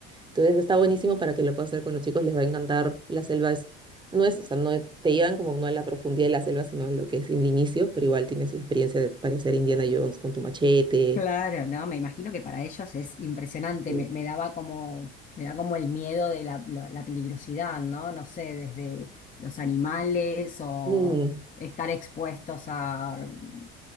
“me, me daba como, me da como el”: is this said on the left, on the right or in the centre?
Left